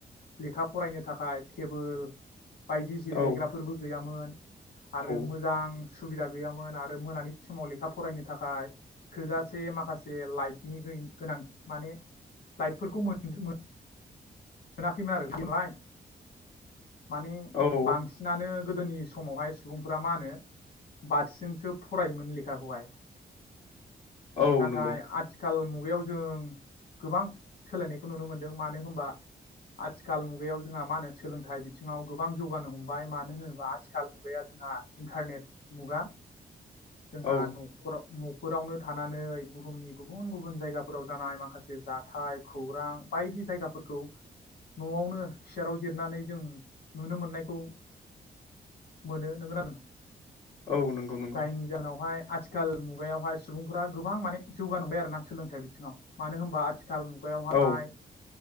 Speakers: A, on the left; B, on the left.
A: लेखा फरायनो थाखाय टेबोल बायदि जिरेग्राफोरबो
B: औ
A: गैयामोन आरो
B: औ
A: मोजां सुबिदा गैयामोन आरो मोनानि समाव लेखा फरायनो थाखाय थोजासे माखासे लाइटनि गोनांथि माने लाइटफोरखौ मोन <unintelligible> मोनाखैमोन आरो बिदि मोन नालाय माने
B: औ औ
A: बांसिनानो गोदोनि समावहाय सुबुंफोरा मा होनो बाथिजोंसो फरायोमोन लेखाखौहाय
B: औ
A: नाथाय
B: नंगौ
A: आथिखाल मु बगायाव जों गोबां सोलायनायखौ नुनो मोनदों मानो होनबा आथिखाल मुगायाव जोंहा मा होनो सोलोंथाइ बिथिङाव गोबां जौगानो हमबाय मानो होनोबा आथिखाल मुगाया जोंहा इन्टारनेट मुगा जोंहा
B: औ
A: न'खराव न फोरावनो थानानै बुहुमनि गुबुन गुबुन जायगाफोराव जानाय माखासे जाथाय खौरां बायदि जायगाफोरखौ न'आवनो सियाराव जिरनानै जों नुनो मोननायखौ मोनो नंगोना नों
B: औ नंगौ नंगौ
A: जायनि जाहोनावहाय आथिखाल मुगायावहाय सुबुंफोरा गोबां माने जौगानो हमबाय आरो ना सोलोंथाइ बिथिङाव मानो होमबा आथिाखाल‌ थिखाल मुगायावहाय
B: औ